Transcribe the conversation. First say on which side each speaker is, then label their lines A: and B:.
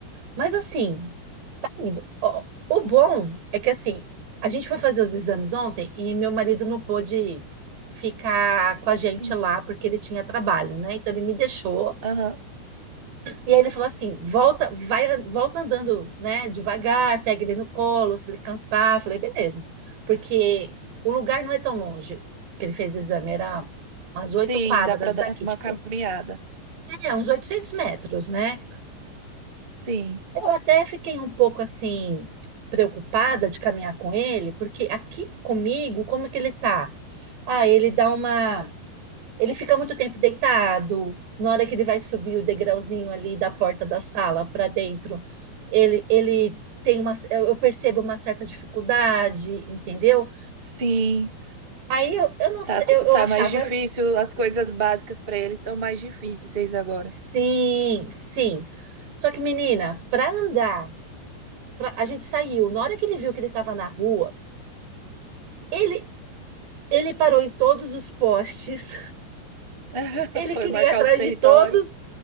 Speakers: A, on the right; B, on the right.
A: mas assim, indo. Ó, O bom é que assim, a gente foi fazer os exames ontem e meu marido não pôde ficar com a gente
B: Sim.
A: lá porque ele tinha trabalho, né? Então ele me deixou
B: Aham.
A: e aí ele falou assim: "Volta, vai, volta andando, né, devagar, pega ele no colo, se ele cansar". Eu falei: "Beleza". Porque o lugar não é tão longe que ele fez o exame, era umas
B: Sim,
A: oito quadras
B: dá pra dar
A: daqui,
B: uma
A: tipo,
B: caminhada.
A: é, uns 800 metros, né?
B: Sim.
A: Eu até fiquei um pouco assim preocupada de caminhar com ele, porque aqui comigo, como é que ele tá? Ah, ele dá uma, ele fica muito tempo deitado. Na hora que ele vai subir o degrauzinho ali da porta da sala para dentro, ele ele tem uma, eu eu percebo uma certa dificuldade, entendeu?
B: Sim.
A: Aí eu, eu não sei,
B: Tá, co-
A: eu, eu
B: tá
A: achava
B: mais difícil. As coisas básicas pra ele estão mais difíceis agora.
A: sim, sim. Só que menina, para andar, pra- a gente saiu. Na hora que ele viu que ele estava na rua, ele, Ele parou em todos os postes.
B: <laughs>
A: Ele
B: Foi
A: queria
B: marcar
A: ir atrás
B: os territórios.
A: de todos.